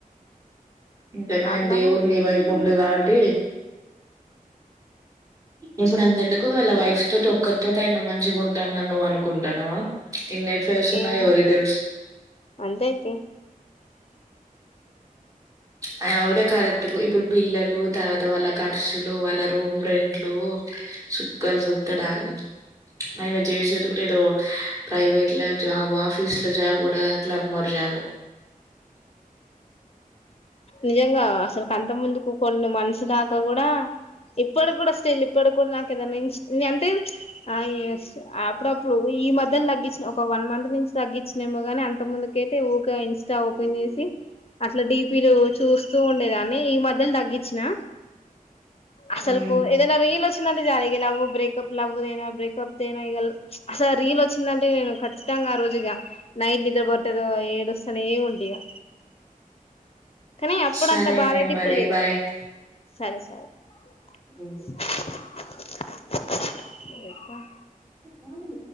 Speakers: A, on the right; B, on the left.
A: ఇంకా నయం
B: అట్లానే
A: దేవుడి నీ వైపు ఉండే కాబట్టి ఇప్పుడు అంత ఎందుకు వాళ్ళ వైఫ్ తోటి ఒక్కరితోటి అయిన మంచిగా ఉంటాడు అని నువ్ అనుకుంటాన్నావా ఇన్ని ఎఫేర్స్ ఉన్నాయి
B: ఏమో
A: ఎవరికి తెలుస్
B: అంతే తీ
A: అయిన కూడా కరెక్ట్ ఇప్పుడు పిల్లలు తర్వాత వాళ్ళ ఖర్చులు వాళ్ళ రూమ్ రెంట్లు సుక్కలు సతడాగు ఆయన చేసేందుకు లేదో ప్రైవేట్ లో జాబ్ ఆఫీస్ లో జాబ్ కూడా క్లబ్ మరి జాబ్
B: నిజంగా అసలుక అంత ముందుకు కొన్ని మంత్స్ దాకా కూడా ఇప్పడు కూడా స్టిల్ ఇప్పడు కూడా నాకు ఏదనా అంటే ఆ అప్పుడప్పుడు ఈ మధ్యలో తగ్గిచి ఒక వన్ మంత్ నుంచి తగ్గించినేమో గానీ అంత ముందుకైతే ఊగా ఇన్స్టా ఓపెన్ చేసి ఇట్లా డిపీలు చూస్తూ ఉండేదాన్ని ఈ మధ్యల తగ్గించినా అసలుకు
A: హ్మ్.
B: ఏదైనా రి ల్ వచ్చిందంటే చాలు లవ్ బ్రేప్ లవ్దైన బ్రేకప్నా ఇ అసలు రీల్ వచ్చిందంటే నేను ఖచ్చిత ఆ రోజు ఇగ నైట్ నిద్ర పట్టదో ఏడుస్తనే ఉంటేక కానీ అప్పుడంతా
A: సరేనే
B: బాధే
A: మరి
B: ఇప్పుడు లేదు
A: బాయ్.
B: సరే సరే ఎ
A: హ్మ్. కాలే